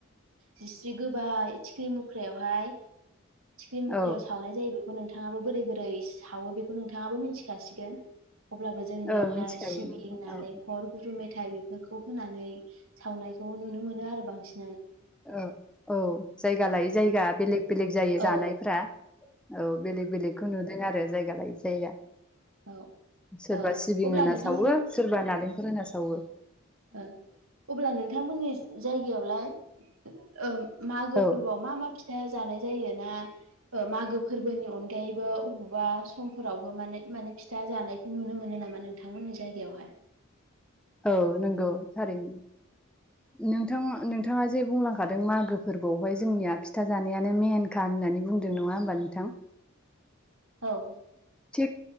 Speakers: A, on the right; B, in the centre.
A: जिस्रि गोबाय थिख्रि मुख्रायावहाय थिख्लि मुख्रियाव
B: औ
A: सावनाय जायो बे नोंथाङाबो बोरै-बोरै सावो बेखौ नोंथाङाबो मिथिखासिगोन अब्लाबो जोंनियावहाय
B: औ मिथिखायो
A: सिबिं, नालेंखर,
B: औ
A: गुर, मे थाय फोरखौ होनानै सावनायखौ नुनो मोनो आरो बांसिन
B: औ औ जायगा
A: ओ
B: लायै जायगा बेलेग बेलेग जायो
A: औ
B: जानायफ्रा । औ बेलेग बेलेखौ नु दों आरो जायगा लायै जायगा ।
A: औ
B: सोरबा
A: ओ
B: सिबिं
A: अब्ला
B: होना
A: नोंथां
B: सावो सोरबा नालेंख फरायना सावो ।
A: ओ अब्ला नोंथांमोननि जायगायावलाय ओम मागो
B: औ
A: फोरबोआव मा मा फिथा जानाय जायो? ना ओ मागो फोरबोनि अनगायैबो अबावबा समफोरावबो माने माने फिथा जानायखौ नुनो मोनो नामा नोंथांमोननि जायगायावहाय?
B: औ नंगौ थारैनो । नोंथां नोंथाङा जे बुंलांखादों मागो फोरबोआवहाय जोंनिया फिथा जानायानो मेन खा होननानै बुंदों नङा होमबा नोंथां?
A: औ
B: थिग